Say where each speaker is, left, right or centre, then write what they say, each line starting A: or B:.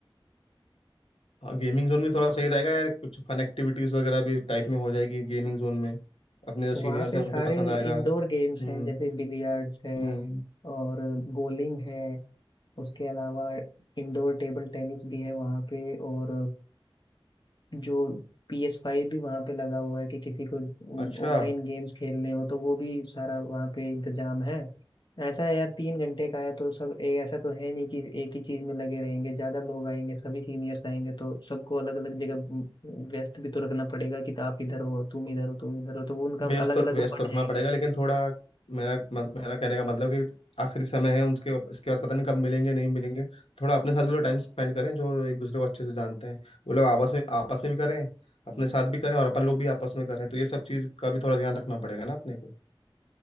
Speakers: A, on the left; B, on the left.
A: हाँ गेमिंग जोन भी थोड़ा सही रहेगा यार कुछ फन एक्टिविटीज वगैरह भी टाइप में हो जाएगी गेमिंग जोन में अपने जो
B: वहाँ
A: सीनियर्स
B: पे
A: हैं
B: सारे
A: उनको पसंद आएगा
B: इंडोर
A: हम्म
B: गेम्स हैं जैसे बिलियर्ड्स है
A: हम्म
B: और बोलिंग है उसके अलावा इंडोर टेबल टेनिस भी है वहाँ पे और जो पी एस फाइव भी वहाँ पे लगा हुआ है कि किसी को
A: अच्छा
B: ऑनलाइन गेम्स खेलने हो तो वो भी सारा वहाँ पे इंतजाम है ऐसा है यार तीन घंटे का है तो सब ए, ऐसा तो है नहीं कि एक ही चीज में लगे रहेंगे ज्यादा लोग आएंगे सभी सीनियर्स आएंगे तो सबको अलग अलग जगह म, व्यस्त भी तो रखना पड़ेगा कि आप इधर हो तुम इधर हो तुम इधर हो तो वो उनका
A: व्यस्त
B: अलग
A: तो
B: अलग
A: व्यस्त
B: वो बट
A: तो रखना
B: जाएंगे
A: पड़ेगा लेकिन थोड़ा मेरा मत- मेरा कहने का मतलब कि आखिरी समय है उनके इसके बाद पता नहीं कब मिलेंगे नहीं मिलेंगे थोड़ा अपने साथ भी तो टाइम स्पेंड करें जो एक दूसरे को अच्छे से जानते हैं वो लोग आपस में आपस में भी करें अपने साथ भी करें और अपन लोग भी आपस में करें तो ये सब चीज़ का भी थोड़ा ध्यान रखना पड़ेगा ना अपने को